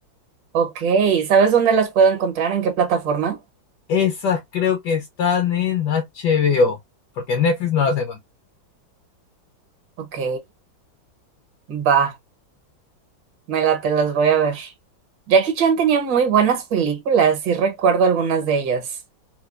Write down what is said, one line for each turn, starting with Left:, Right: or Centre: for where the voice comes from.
Right: Ok, ¿sabes dónde las puedo encontrar? ¿En qué plataforma?
Left: Esas creo que están en HBO, porque en Netflix no las encontré.
Right: Ok, va, me la las voy a ver. Jackie Chan tenía muy buenas películas, sí recuerdo algunas de ellas.